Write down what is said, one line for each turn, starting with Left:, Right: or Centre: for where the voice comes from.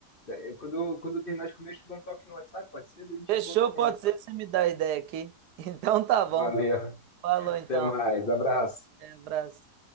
Left: É, Quando, quando eu terminar de comer, eu te dou um toque no WhatsApp, pode ser? Daí a gente
Right: Fechou,
Left: volta a conversar.
Right: pode ser, você me dá a ideia aqui. <laughs> Então tá bom.
Left: Valeu.
Right: Falou
Left: Até
Right: então.
Left: mais. Abraço.
Right: Um abraço.